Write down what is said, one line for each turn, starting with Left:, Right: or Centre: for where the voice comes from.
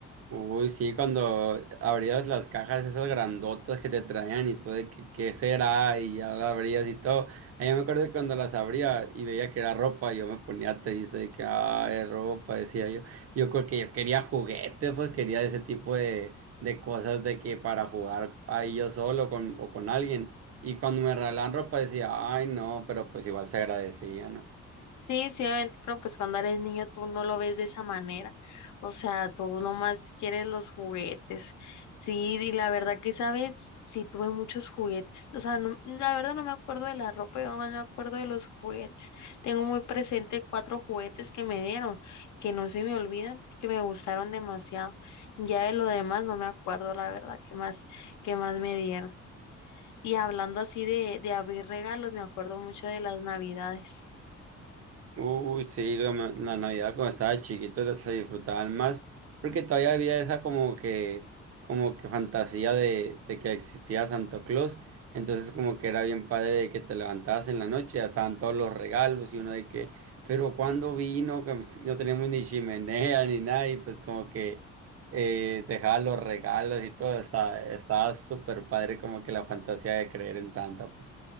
Right: Uy, sí, cuando abrías las cajas esas grandotas que te traían y todo, de que qué será, y ya las abrías y todo. Ahí me acuerdo que cuando las abría y veía que era ropa, yo me ponía triste de que, ah, es ropa, decía yo. Yo creo que yo quería juguetes, pues quería ese tipo de, de cosas de que para jugar ahí yo solo con, o con alguien. Y cuando me regalaban ropa decía, ay, no, pero pues igual se agradecía, ¿no?
Left: Sí, sí, obviamente, pero pues cuando eres niño tú no lo ves de esa manera. O sea, tú nomás quieres los juguetes. Sí, y la verdad que sabes, sí tuve muchos juguetes. O sea, no- la verdad no me acuerdo de la ropa, yo nomás me acuerdo de los juguetes. Tengo muy presente cuatro juguetes que me dieron, que no se me olvidan porque me gustaron demasiado. Ya de lo demás no me acuerdo, la verdad, qué más, qué más me dieron. Y hablando así de, de abrir regalos, me acuerdo mucho de las navidades.
Right: Uy, sí, la, ma- la Navidad cuando estaba chiquito la- se disfrutaban más, porque todavía había esa como que, como que fantasía de, de que existía Santo Claus, entonces como que era bien padre de que te levantabas en la noche, ya estaban todos los regalos y uno de que, pero cuando vino? Como si No teníamos ni chimenea ni nada y pues como que eh, dejaba los regalos y todo, estaba, estaba súper padre como que la fantasía de creer en Santa, pues.